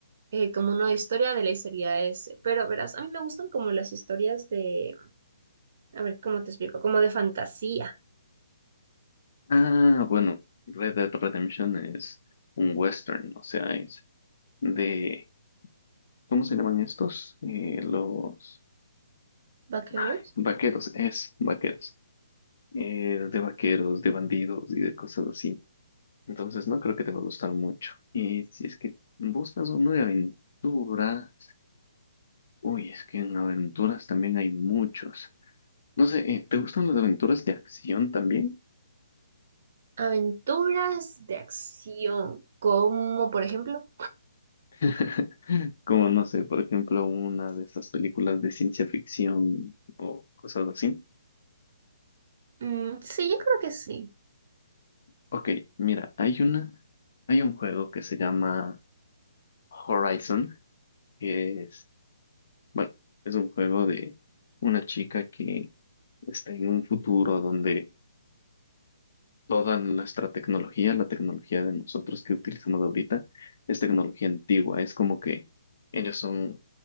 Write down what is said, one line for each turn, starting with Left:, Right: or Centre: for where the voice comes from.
Right: eh, como una historia de ley sería ese, pero verás, a mí me gustan como las historias de A ver, ¿cómo te explico? Como de fantasía.
Left: Ah, bueno, Red Dead Redemption es un western, o sea, es de, ¿cómo se llaman estos? Eh, los
Right: Vaqueros.
Left: ay, vaqueros, es vaqueros, Eh, de vaqueros, de bandidos y de cosas así. Entonces no creo que te va a gustar mucho. Y si es que buscas uno de aventuras, uy, es que en aventuras también hay muchos. No sé, eh, ¿te gustan las aventuras de acción también?
Right: Aventuras de acción. Como, por ejemplo.
Left: <laughs> Como no sé, por ejemplo, una de esas películas de ciencia ficción o cosas así.
Right: mm, sí, yo creo que sí.
Left: Ok, mira, hay una, hay un juego que se llama Horizon, que es, bueno, es un juego de una chica que está en un futuro donde toda nuestra tecnología, la tecnología de nosotros que utilizamos ahorita, es tecnología antigua. Es como que ellos son,